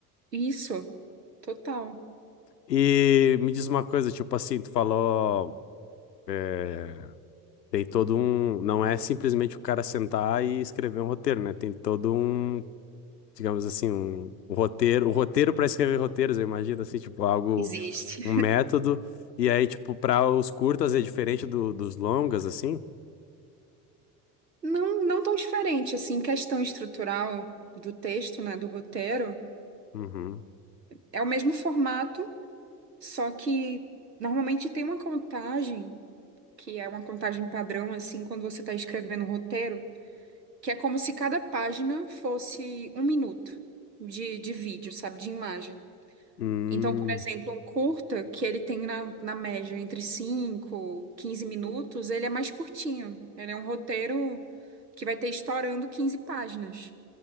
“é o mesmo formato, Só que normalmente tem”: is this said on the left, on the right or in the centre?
Right